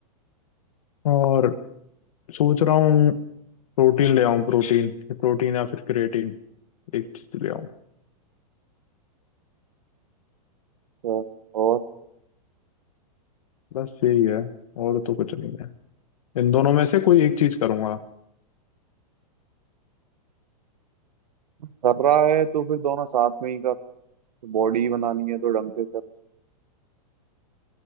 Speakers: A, on the left; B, on the right.
A: और सोच रहा हूँ प्रोटीन ले आऊं प्रोटीन प्रोटीन या फिर क्रिएटिन एक चीज ले आऊं
B: अच्छा और
A: बस यही है और तो कुछ नहीं है इन दोनों में से कोई एक चीज करूंगा
B: कर रहा है तो फिर दोनों साथ में ही कर बॉडी बनानी है तो ढंग से करता